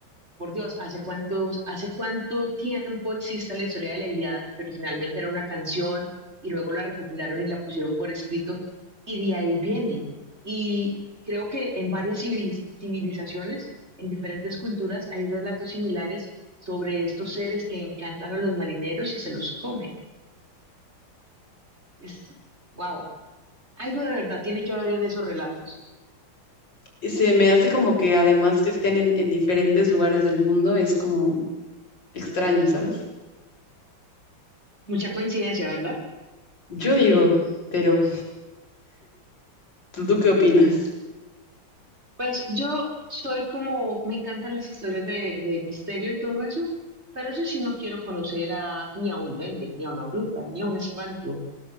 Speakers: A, on the right; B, on the left.
A: Por Dios, ¿hace cuántos, hace cuánto tiempo existe la historia de la Ilíada, que originalmente era una canción y luego la recopilaron y la pusieron por escrito, y de ahí viene. Y creo que en varias civil- civilizaciones, en diferentes culturas, hay relatos similares sobre estos seres que encantan a los marineros y se los comen. Es, wow, algo de verdad tiene que haber en esos relatos.
B: Y se me hace como que además que estén en, en diferentes lugares del mundo es como extraño, ¿sabes?
A: Mucha coincidencia, ¿verdad?
B: Yo digo, pero ¿tú, tú qué opinas?
A: Pues yo soy como, me encantan las historias de, de misterio y todo eso, pero yo sí no quiero conocer a, ni a un duende, ni a una bruja, ni a un espanto,